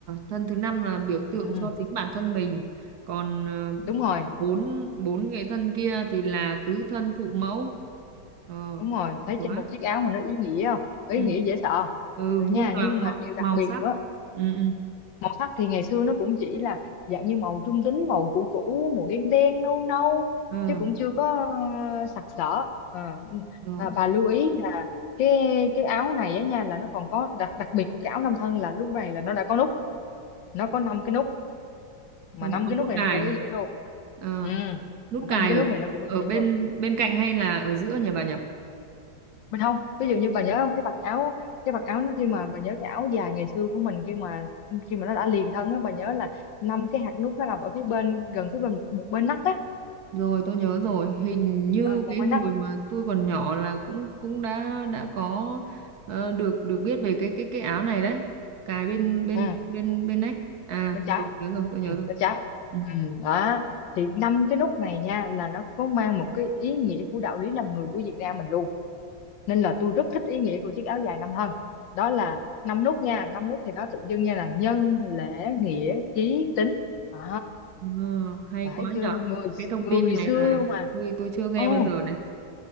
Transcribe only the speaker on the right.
thân thứ năm là biểu tượng
cho chính bản thân mình, còn ờ,
bốn bốn cái thân kia thì là tứ thân phụ mẫu. Ờ,
hay
quá.
Ừ.
Ừ,
nhưng
mà
màu,
màu
sắc.
Ừ, ừ.
Ờ,
rồi,
Là đã
có
nút
cài.
Ờ,
nút
cài
ở
ở
bên
bên cạnh hay là ở giữa nhỉ bà nhỉ?
Rồi tôi nhớ rồi, hình như
cái
hồi
mà tôi còn nhỏ là cũng cũng đã đã có ờ, được được biết về cái cái cái áo này đấy, cài bên bên
bên bên nách. À,
tôi nhớ rồi, tôi
nhớ rồi.
Ừ.
Ờ, hay
quá
nhở.
Cái thông
tin này
là
tôi tôi chưa nghe
bao giờ này.